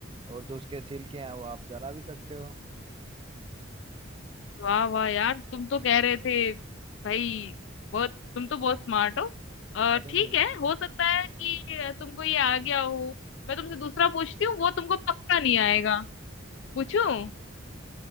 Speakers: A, on the right; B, on the left.
A: और जो उसके छिलके हैं वो आप जला भी सकते हो
B: वाह वाह यार तुम तो कह रहे थे भाई बहुत तुम तो बहुत स्मार्ट हो और
A: अरे
B: ठीक है हो सकता है कि तुमको ये आ गया हो मैं तुमसे दूसरा पूछती हूँ वो तुमको पक्का नहीं आएगा पूछूं